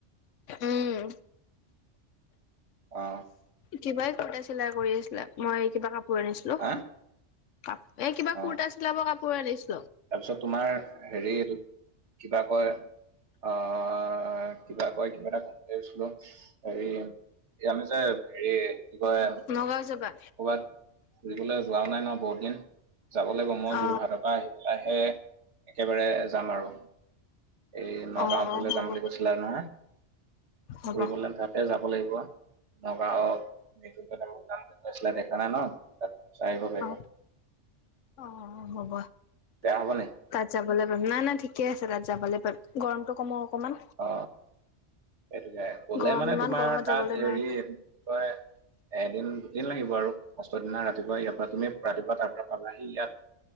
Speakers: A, on the left; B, on the right.
A: উম
B: অ।
A: কিবাই কটাই চিলাই কৰি আছিলা মই কিবা কাপোৰ আনিছিলো।
B: হা
A: কাপ, এ কিবা
B: অ
A: কুৰতা চিলাব কাপোৰে আনিছো।
B: তাৰপিছত তোমাৰ হেৰি এইটো কিবা কয় আহ, কিবা কয় কিবা এটা কম লৈছিলো হেৰি এ আমি যে হেৰি কি কয়?
A: নগাঁও যাবা
B: ক'বাত ফুৰিবলৈ যোৱাও নাই ন বহুত দিন, যাব লাগিব মই
A: অ
B: যোৰহাটৰ পৰা আহি পেলাইহে একেবাৰে যাম আৰু। এই নগাঁওৰ
A: অ অ
B: ফালে
A: হ'ব
B: যাম বুলি কৈছিলে আৰু নহয়।
A: হ'ব
B: ফুৰিবলৈ তাতে যাব লাগিব নগাঁও নুন দেখা নাই ন <unintelligible> পাৰিবা
A: অ অ হ'ব
B: বেয়া হ'বনে
A: তাত নাই নাই ঠিকে আছে তাত যাবলৈ পাম, গৰমতটো কমক অকমান।
B: অ সেইটোকে গলে
A: গৰম
B: মানে
A: ইমান
B: তোমাৰ
A: গৰমত
B: তাত
A: যাবলৈ
B: হেৰি
A: নোৱাৰি
B: কি কয় এদিন দুদিন লাগিব আৰু ফাষ্টৰ দিনা ৰাতিপুৱা ইয়াৰ পৰা তুমি ৰাতিপুৱা তাৰ পৰা আহি ইয়াত